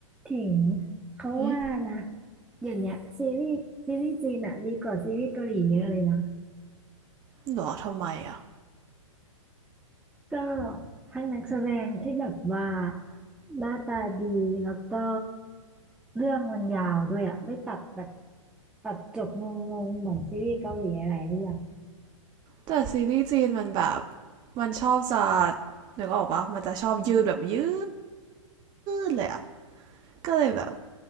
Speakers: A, in the centre; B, on the right (about 25°).
A: ถึงเขาว่านะ
B: อืม
A: เดี๋ยวเนี้ยซีรีส์ซีรีส์จีนอะดีกว่าซีรีส์เกาหลีเยอะเลยนะ
B: หรอทำไมอ่ะ
A: ก็ทั้งนักแสดงที่แบบว่าหน้าตาดีแล้วก็เรื่องมันยาวด้วยอะไม่ตัดแบบตัดจบงงๆเหมือนซีรีส์เกาหลีหลายเรื่อง
B: แต่ซีรีส์จีนมันแบบมันชอบจะนึกออกปะมันจะชอบยืดแบบยืดเลยอ่ะก็เลยแบบ